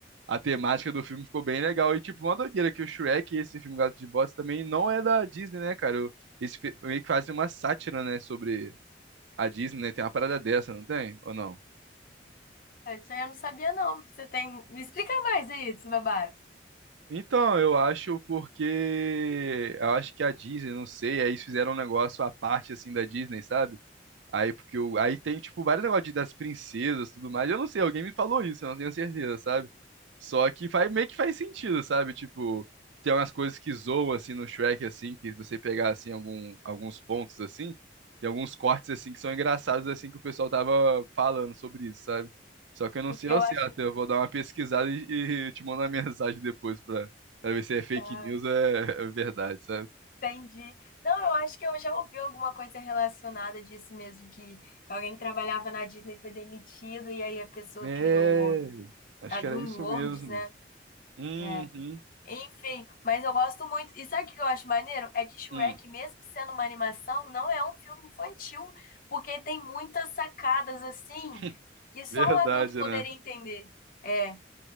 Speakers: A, on the right (about 80°); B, on the left (about 50°).
A: a temática do filme ficou bem legal. E, tipo, uma doideira que o Shrek, esse filme Gato de Botas, também não é da Disney, né, cara? O- Esse fi- meio que faz uma sátira, né, sobre a Disney, né? Tem uma parada dessa, não tem? Ou não?
B: Isso aí eu não sabia, não. Você tem. Me explica mais aí desse babado.
A: Então, eu acho porque. Eu acho que a Disney, não sei, aí eles fizeram um negócio à parte, assim, da Disney, sabe? Aí, porque o... aí tem, tipo, vários negócios de- das princesas e tudo mais. Eu não sei, alguém me falou isso, eu não tenho certeza, sabe? Só que faz, meio que faz sentido, sabe? Tipo, tem umas coisas que zoam assim no Shrek, assim, que você pegar assim algum, alguns pontos assim, tem alguns cortes assim que são engraçados assim que o pessoal tava falando sobre isso, sabe? Só que eu não
B: E
A: sei
B: que
A: ao
B: eu
A: certo,
B: acho.
A: eu vou dar uma pesquisada e, e te mandar uma <laughs> mensagem depois pra, pra ver se é fake
B: Tá,
A: news ou é, é verdade, sabe?
B: entendi. Não, eu acho que eu já ouvi alguma coisa relacionada disso mesmo, que, que alguém trabalhava na Disney foi demitido, e aí a pessoa
A: É,
B: criou
A: acho
B: a
A: que
B: DreamWorks,
A: era isso mesmo.
B: né?
A: Uhum,
B: É, Enfim, mas eu gosto muito. E sabe o que eu acho maneiro? É que Shrek,
A: hum.
B: mesmo sendo uma animação, não é um filme infantil, porque tem muitas sacadas assim
A: <laughs>
B: que só
A: Verdade,
B: um adulto poderia
A: né?
B: entender. É,